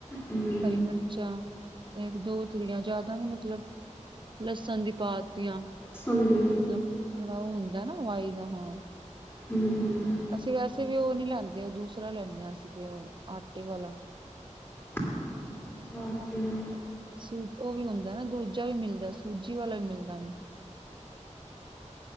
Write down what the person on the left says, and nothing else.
ਹੂੰ
ਸੁਣਦੀ
ਹਮ ਹਮਮ।
ਅੱਛਾ - ਅੱਛਾ ਆਟੇ ਵਾਲਾ।